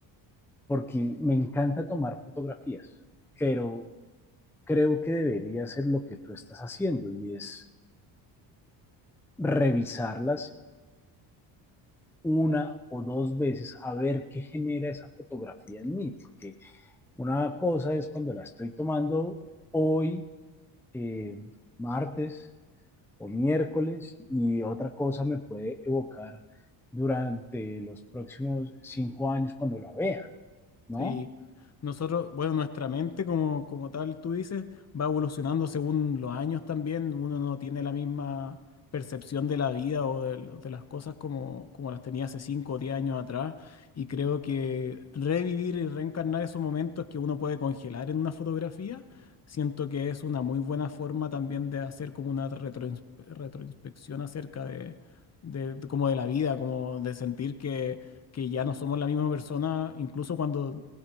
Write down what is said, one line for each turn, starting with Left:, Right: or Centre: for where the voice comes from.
Centre: porque me encanta tomar fotografías, pero creo que debería ser lo que tú estás haciendo y es revisarlas una o dos veces a ver qué genera esa fotografía en mí, porque una cosa es cuando la estoy tomando hoy, eh, martes, o miércoles y otra cosa me puede evocar durante los próximos cinco años cuando la vea, ¿no?
Left: Sí, nosotros, bueno, nuestra mente como, como tal, tú dices, va evolucionando según los años también. Uno no tiene la misma percepción de la vida o de, lo- de las cosas como, como las tenía hace 5 o 10 años atrás. Y creo que revivir y reencarnar esos momentos que uno puede congelar en una fotografía, siento que es una muy buena forma también de hacer como una retroins- retroinspección acerca de, de, de como de la vida, como de sentir que que ya no somos la misma persona, incluso cuando